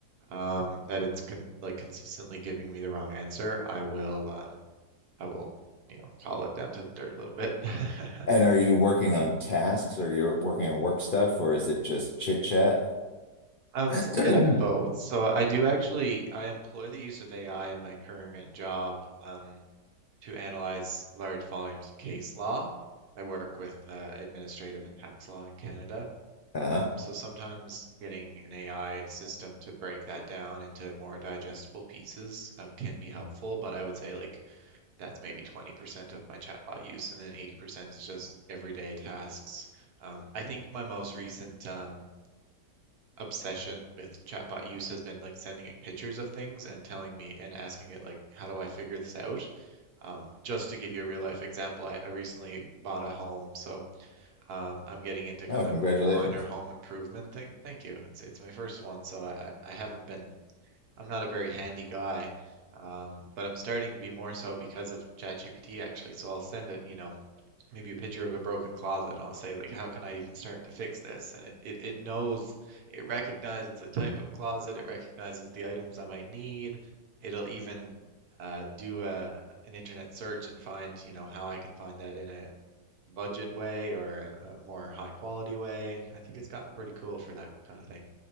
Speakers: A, on the right; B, on the left.
A: um, that it's con like consistently giving me the wrong answer, I will um, I will you know call it down to the dirt a little bit. <laughs>
B: And are you working on tasks or you're working on work stuff or is it just chit chat?
A: Um, it's
B: <clears throat>
A: a bit of both. So I do actually I employ the use of AI in my current job um, to analyze large volumes of case law. I work with uh, administrative and tax law in Canada.
B: Uh-huh.
A: Um, so sometimes getting an AI system to break that down into more digestible pieces um, can be helpful, but I would say like that's maybe 20% of my chatbot use, and then 80% is just everyday tasks. Um, I think my most recent um, obsession with chatbot use has been like sending it pictures of things and telling me and asking it like, how do I figure this out? Um, just to give you a real life example, I, I recently bought a home, so um, I'm getting into
B: Oh,
A: kind
B: congratulations.
A: of minor home improvement thing. Thank you. It's it's my first one, so I, I I haven't been I'm not a very handy guy, um, but I'm starting to be more so because of ChatGPT actually. So I'll send it, you know, maybe a picture of a broken closet and I'll say like, how can I even start to fix this? And it, it, it knows, it recognizes the type of closet, it recognizes the items I might need. It'll even uh, do a, an internet search and find, you know, how I can find that in a budget way or a, a more high quality way. I think it's gotten pretty cool for that kind of thing.